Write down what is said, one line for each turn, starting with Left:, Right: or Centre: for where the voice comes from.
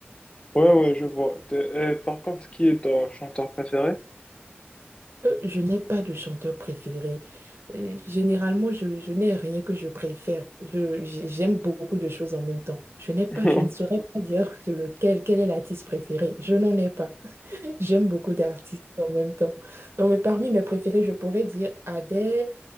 Left: Ouais, ouais, je vois. T'es- euh, par contre, qui est ton chanteur préféré?
Right: Euh, je n'ai pas de chanteur préféré. Euh, généralement, je, je n'ai rien que je préfère. Je, j'ai- j'aime beaucoup de choses en même temps. Je n'ai pas,
Left: <laughs>
Right: je ne saurais pas dire lequel, quel est l'artiste préféré. Je n'en ai pas. <laughs> J'aime beaucoup d'artistes en même temps. Donc, mais parmi mes préférés, je pourrais dire Adele,